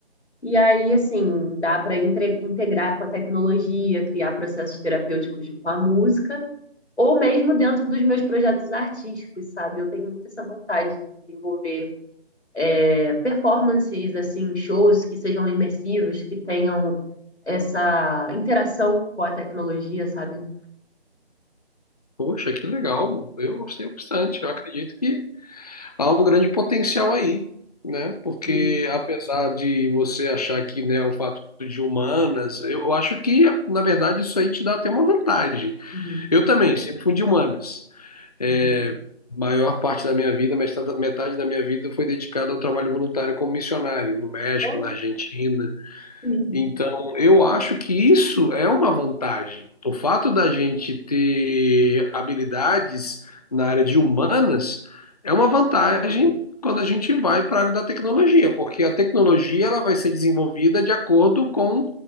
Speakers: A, on the left; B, on the left.
A: E aí, assim, dá para integrar com a tecnologia, criar processos terapêuticos de- com a música, ou mesmo dentro dos meus projetos artísticos, sabe? Eu tenho muito essa vontade de desenvolver é, performances, assim, shows que sejam imersivos, que tenham essa interação com a tecnologia, sabe?
B: Poxa, que legal. Eu gostei bastante. Eu acredito que há um grande potencial aí, né? Porque
A: Uhum.
B: apesar de você achar que, né, o fato de humanas, eu acho que, na verdade, isso aí te dá até uma vantagem.
A: Uhum.
B: Eu também sempre fui de humanas. é,
A: Uhum.
B: maior parte da minha vida, metade, metade da minha vida foi dedicada ao trabalho voluntário como missionário no México,
A: Ou
B: na Argentina,
A: mesmo.
B: então, eu acho que isso é uma vantagem. O fato da gente ter habilidades na área de humanas é uma vantagem quando a gente vai para a área da tecnologia, porque a tecnologia ela vai ser desenvolvida de acordo com